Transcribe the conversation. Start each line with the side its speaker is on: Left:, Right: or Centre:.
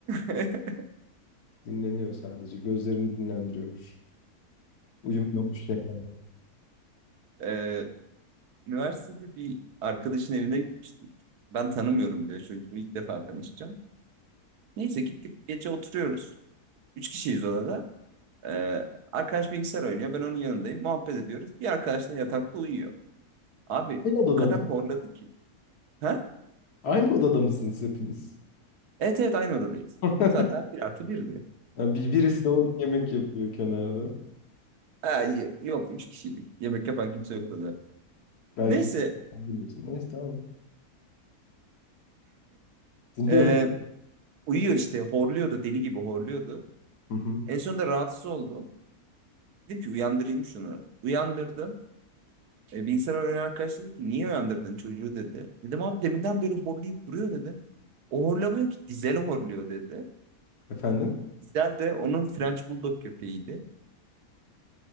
Right: <laughs>
Left: dinleniyor sadece. Gözlerini dinlendiriyormuş. Uyumuyormuş genelde.
Right: Ee, üniversitede bir arkadaşın evine gitmiştik. Ben tanımıyorum bile çocuğu ilk defa tanışacağım. Neyse gittik gece oturuyoruz. Üç kişiyiz odada. Ee, arkadaş bilgisayar oynuyor. Ben onun yanındayım. Muhabbet ediyoruz. Bir arkadaş da yatakta uyuyor. Abi
Left: Aynı odada
Right: o kadar
Left: mısınız?
Right: horladı ki. Ha?
Left: Aynı odada mısınız hepiniz?
Right: Evet evet aynı odadayız.
Left: <laughs>
Right: Zaten bir artı birdi.
Left: Ha, bir, birisi de orada yemek yapıyor kenarda.
Right: Ha, y- yok üç kişiydik. Yemek yapan kimse yoktu
Left: Evet.
Right: da.
Left: Belki
Right: Neyse.
Left: bilmiyorsun. Neyse tamam. Dinliyorum.
Right: ee, Uyuyor işte horluyordu deli gibi horluyordu.
Left: Hı hı.
Right: En sonunda rahatsız oldum. Dedim ki uyandırayım şunu. Uyandırdım. E, bilgisayar oynayan arkadaş dedi ki niye uyandırdın çocuğu dedi. Dedim abi deminden beri horlayıp duruyor dedi. O horlamıyor ki Dizel horluyor dedi.
Left: Efendim?
Right: Dizel de onun French Bulldog köpeğiydi.